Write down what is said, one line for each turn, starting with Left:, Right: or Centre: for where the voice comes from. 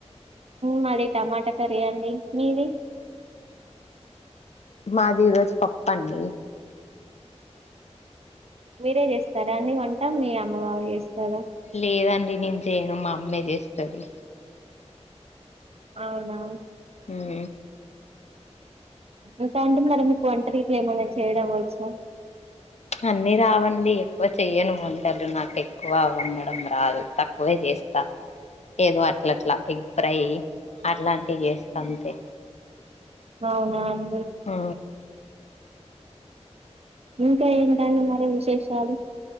Right: మాది టమాటా కర్రీ అండి మీది
Left: మాది ఈ రోజు పప్పండి
Right: మీరే చేస్తారా అండి వంటా మీ అమ్మవాల్ చేస్తారా
Left: లేదండి నేను చేయను మా అమ్మే చేస్తది
Right: అవునా
Left: హ్మ్
Right: ఇంకా అంటే మరి మీ వంటరి ఇట్లా ఏమైనా చేయడం వచ్చా
Left: అన్ని రావండి ఎక్కువ చెయను వంటలు నాకు ఎక్కువ వండడం రాదు తక్ క్కువే చేస్తా ఏదో అట్లట్లా ఎగ్ ఫ్రై అట్లాంటివి చేస్త అంతే
Right: అవునం
Left: ఆ
Right: ఇంకా ఏంటండి మరి విశేషాలు